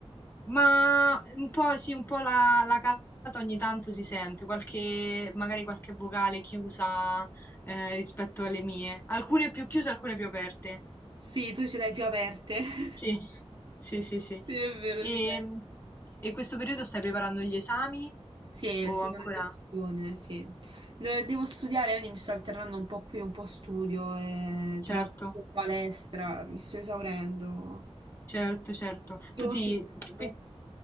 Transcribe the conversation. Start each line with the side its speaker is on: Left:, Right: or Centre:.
Left: Ma un po' sì, un po' la, la calata ogni tanto si sente, qualche, magari qualche vocale chiusa eh, rispetto alle mie. Alcune più chiuse, alcune più aperte.
Right: Sì, tu ce l'hai più aperte. <laughs>
Left: Sì, sì, sì, sì.
Right: Sì, è vero,
Left: E,
Right: si sente.
Left: e questo periodo stai preparando gli esami?
Right: Sì,
Left: O
Right: seconda
Left: ancora?
Right: sessione, sì. De- Devo studiare, quindi mi sto alternando un po' qui, un po' studio, e tra
Left: Certo,
Right: l'altro palestra, mi sto esaurendo.
Left: certo, certo.
Right: Tu
Left: Tu ti,
Right: sei studiando?
Left: qui-